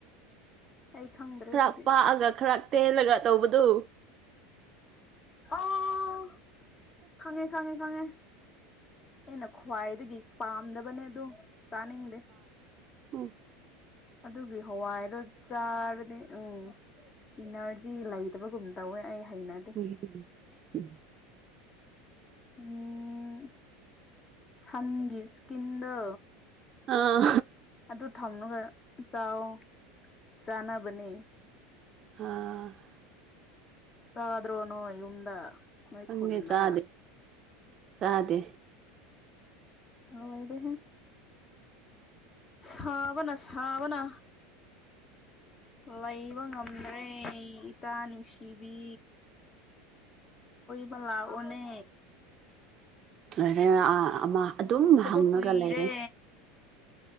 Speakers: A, on the left; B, on the right.
A: ꯑꯩ ꯈꯪꯗ꯭ꯔꯦ
B: ꯈꯔ
A: ꯑꯗꯨꯗꯤ
B: ꯄꯥꯛꯑꯒ ꯈꯔ ꯇꯦꯜꯂꯒ ꯇꯧꯕꯗꯨ
A: ꯑꯣ ꯈꯥꯉꯦ ꯈꯥꯉꯦ ꯈꯥꯉꯦ ꯑꯩꯅ ꯈ꯭ꯋꯥꯏꯗꯒꯤ ꯄꯥꯝꯗꯕꯅꯦ ꯑꯗꯨꯣ ꯆꯥꯅꯤꯡꯗꯦ
B: ꯑꯣꯐ
A: ꯑꯗꯨꯒꯤ ꯍꯋꯥꯏꯗꯣ ꯆꯥꯔꯅꯦ ꯎꯝ ꯏꯅꯔꯖꯤ ꯁꯤ ꯂꯩꯇꯕꯒꯨꯝ ꯇꯧꯋꯦ ꯑꯩ ꯍꯩꯅꯗꯦ
B: ꯎꯝ ꯎꯝ
A: ꯎꯝ ꯁꯪꯒꯁ ꯀꯤꯟꯗꯣ
B: ꯑꯥ
A: ꯑꯗꯨ ꯊꯝꯂꯒ ꯆꯥꯎ ꯆꯥꯅꯕꯅꯦ
B: ꯑ <unintelligible> <inaudible>
A: ꯆꯗ꯭ꯔꯣꯅꯣ ꯌꯃꯗ ꯃꯣꯏ
B: ꯈꯪꯗꯦ
A: ꯈꯨꯗꯥ
B: ꯆꯥꯗꯦ ꯆꯥꯗꯦ
A: ꯍꯗ ꯁꯕꯅ ꯁꯕꯅꯥ ꯋꯥ ꯏꯕ ꯅꯦ ꯏ ꯇꯅꯨꯁꯤꯕꯤ ꯀ ꯂꯥꯑꯣꯅꯦ
B: ꯦ ꯑꯃ ꯑꯗꯨꯝ
A: ꯎꯗꯕ
B: ꯍꯪꯉꯒ
A: ꯀꯨꯏꯔꯦ
B: ꯂꯩꯔꯦ